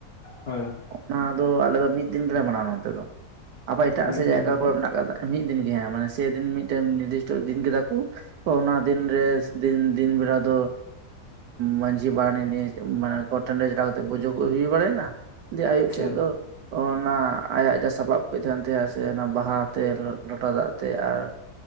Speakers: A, on the left; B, on the right.
A: ᱦᱳᱭ
B: ᱚᱱᱟ ᱫᱚ ᱟᱞᱮ ᱫᱚ ᱢᱤᱫ ᱫᱤᱱ ᱜᱮᱞᱮ ᱢᱟᱱᱟᱣᱟ ᱱᱚᱛᱮ ᱫᱚ ᱟᱵᱟᱨ ᱮᱴᱟᱜ
A: ᱢᱤᱫ
B: ᱥᱮᱫ ᱡᱟᱭᱜᱟ
A: ᱫᱤᱱ
B: ᱠᱚ ᱢᱮᱱᱟᱜ ᱟᱠᱟᱫᱟ ᱢᱤᱜ ᱫᱤᱱ ᱜᱮ ᱦᱟᱸ ᱢᱟᱱᱮ ᱥᱮᱫᱤᱱ ᱢᱤᱜᱴᱮᱱ ᱱᱤᱨᱫᱤᱥᱴᱚ ᱫᱤᱱ ᱠᱮᱫᱟ ᱠᱩ ᱚᱱᱟ ᱫᱤᱱ ᱨᱮ ᱫᱤᱱ ᱫᱤᱱ ᱵᱮᱲᱟ ᱫᱚᱼᱼ ᱢᱟᱹᱡᱷᱤ ᱯᱟᱨᱟᱱᱤ ᱱᱤᱭ ᱢᱟᱱᱮ ᱠᱚ ᱴᱟᱺᱰᱤ ᱨᱮ ᱪᱟᱞᱟᱣ ᱠᱟᱛᱮ ᱠᱚ <unintelligible> ᱵᱟᱲᱟᱭᱮᱱᱟ᱾ ᱫᱤᱭᱮ ᱟᱹᱭᱩᱵ ᱥᱮᱫ
A: ᱦᱳᱭ
B: ᱫᱚᱼᱼ ᱚᱱᱟ ᱟᱭᱟᱜ ᱡᱟᱦᱟᱸ ᱥᱟᱯᱟᱵ ᱠᱚ ᱛᱟᱦᱮᱱ ᱛᱟᱭᱟ ᱥᱮ ᱚᱱᱟ ᱵᱟᱦᱟ ᱟᱛᱮ ᱞᱚᱴᱟ ᱫᱟᱜ ᱟᱛᱮ ᱟᱨ